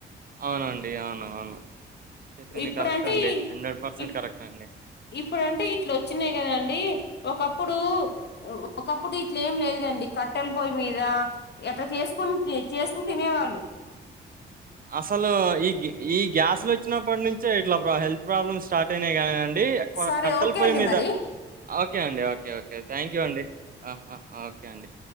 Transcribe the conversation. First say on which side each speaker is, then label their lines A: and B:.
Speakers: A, on the right; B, on the left.
A: అవునండి అవును అవును చెప్పింది
B: ఇప్పుడంటే
A: కరెక్ట్ అండి.
B: ఇ ఇప్ప్
A: కరెక్ట్ అండి.
B: ఇప్పుడంటే ఇట్ల వచ్చినాయి కదండి ఒకప్పుడూ ఒకప్పుడు ఇట్లేం లేదు కండి కట్టెల పొయ్ మీద ఎట్లా చేసుకుని చేసుకుని తినేవాళ్ళు
A: అసలు ఈగ్యా ఈ గ్యాస్లు వచ్చినప్పటి నుంచే ఇట్లా ప్రా హెల్త్ ప్రాబ్లమ్స్ స్టార్ట్ అయినాయి కానీ ండి ఎక్కువ
B: సరే
A: కట్టల
B: ఓకే
A: పొయ్యి
B: అండి
A: మీద
B: మరి
A: ఓకే అండి ఓకే ఓకే థ్యాంక్ యూ అండి అ అ ఓకే అండి